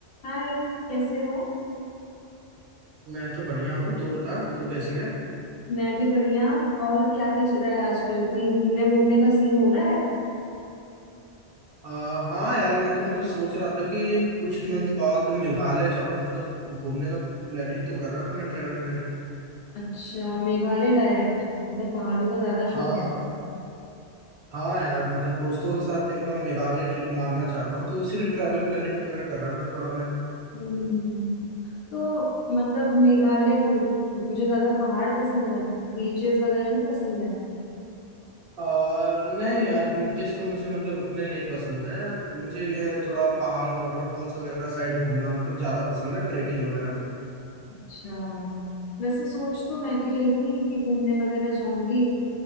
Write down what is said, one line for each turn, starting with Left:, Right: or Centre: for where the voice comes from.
Left: हाय कैसे हो
Right: मैं तो बढ़िया हूँ तू बता तू कैसी है
Left: मैं भी बढ़िया और क्या क्या चल रहा है आजकल कहीं घूमने घूमने का सीन हो रहा है
Right: आ, हाँ यार मैं तो मतलब सोच रहा था कि कुछ मंथ बाद मेघालय जाऊँ मतलब घूमने का प्लानिंग तो कर रहा था मैं ट्रेवल प्लानिंग
Left: अच्छा मेघालय डायरेक्ट मतलब पहाड़ों का ज्यादा
Right: हाँ
Left: शौक है
Right: हाँ यार मतलब दोस्तों के साथ एक बार मेघालय ट्रिप मारना चाहता हूँ तो उसी की ट्रैवल प्लानिंग वगैरह कर रहा था थोड़ा मैं
Left: हम्म तो मतलब मेघालय क्यों मुझे ज्यादा पहाड़ पसंद है बीचेस वगैरह नहीं पसंद है
Right: आ, नहीं यार बीचेस तो मुझे मतलब उतने नहीं पसंद है मुझे ये थोड़ा पहाड़ वाटरफॉल्स वगैरह साइड घूमना मतलब ज्यादा पसंद है ट्रेकिंग वगैरह
Left: अच्छा वैसे सोच तो मैं भी रही थी कि घूमने वगैरह जाऊंगी